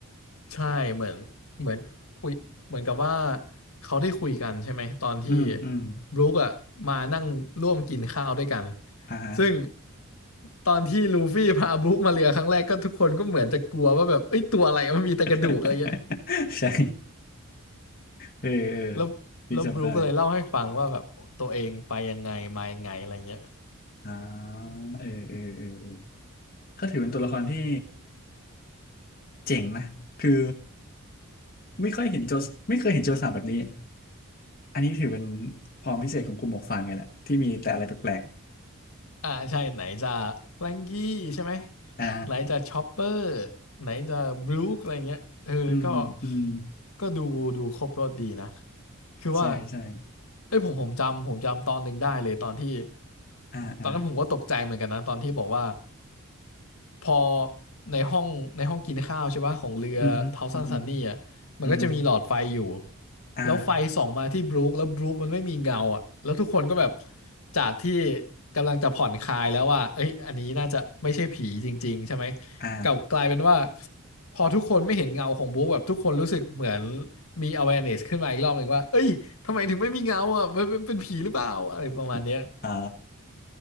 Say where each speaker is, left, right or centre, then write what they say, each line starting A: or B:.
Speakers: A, on the left; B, on the left.
A: ใช่เหมือนเหมือนคุยเหมือนกับว่าเขาได้คุยกันใช่ไหมตอนที่
B: อืมอืม
A: บรู๊คอะมานั่งร่วมกินข้าวด้วยกัน
B: อ่าฮะ
A: ซึ่งตอนที่ลูฟี่พาบรู๊คมาเรือครั้งแรกก็ทุกคนก็เหมือนจะกลัวว่าแบบเอ้ยตัวอะไรมันมีแต่กระดูกอะไรเงี้ย
B: <laughs> ใช่เออเออ
A: แล้วแล้วบรู๊คก็เลยเล่าให้ฟังว่าแบบตัวเองไปยังไงมายังไงอะไรเงี้ย
B: พี่จำได้อ่าเออเออเออเออก็ถือเป็นตัวละครที่เจ๋งนะคือไม่ค่อยเห็นโจสไม่เคยเห็นโจรสลัดแบบนี้อันนี้ถือเป็นความพิเศษของกลุ่มหมวกฟางไงแหละที่มีแต่อะไรแปลก
A: อ่าใช่ไหนจะแฟรงกี้ใช่ไหม
B: ๆอ่า
A: ไหนจะชอปเปอร์ไหนจะบรู๊คอะไรเงี้ยเออก็
B: อืมอืม
A: ก็ดูดูครบรสดีนะคือว่า
B: ใช่ใช่
A: เอ้ยผมผมจำผมจำตอนหนึ่งได้เลยตอนที่
B: อ่าอ่า
A: ตอนนั้นผมก็ตกใจเหมือนกันนะตอนที่บอกว่า พอในห้องในห้องกินข้าวใช่ปะของเรือเทาซันซันนี่อ่ะมันก็จะมีหลอดไฟอยู่
B: อือฮึอือฮึอือฮึอ่า
A: แล้วไฟส่องมาที่บรูคแล้วบรูคมันไม่มีเงาอ่ะแล้วทุกคนก็แบบจากที่กำลังจะผ่อนคลายแล้วว่าเอ้ยอันนี้น่าจะไม่ใช่ผีจริงๆใช่ไหม
B: อ่า
A: กลับกลายเป็นว่าพอทุกคนไม่เห็นเงาของบรูคแบบทุกคนรู้สึกเหมือนมี awareness ขึ้นมาอีกรอบหนึ่งว่าเอ้ยทำไมถึงไม่มีเงาอ่ะมันมันเป็นผีหรือเปล่าอะไรประมาณเนี้ย
B: <laughs> อ๋อ